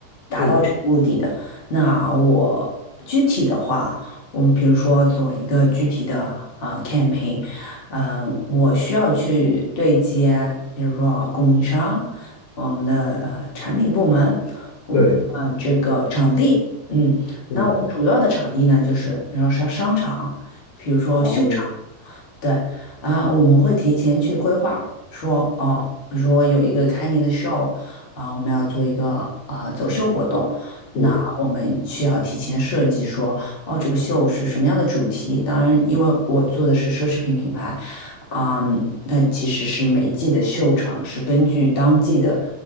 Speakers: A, on the left; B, on the left.
A: 达到这个目的的。
B: 嗯
A: 那我具体的话，我们比如说做一个具体的啊、campaign。嗯、我需要去对接，比如说供应商，我们的呃产品部门，我们呃这个场地，
B: 对，
A: 嗯，
B: 嗯，
A: 那我们主要的场地呢，就是比如说商商场，比如说秀场。
B: 哦，
A: 对啊，我们会提前去规划，说哦，比如说有一个开年的 show，啊，我们要做一个啊走秀活动，那我们需要提前设计说，
B: 嗯
A: 哦，这个秀是什么样的主题？当然，因为我做的是奢侈品品牌，啊，但其实是每季的秀场是根据当季的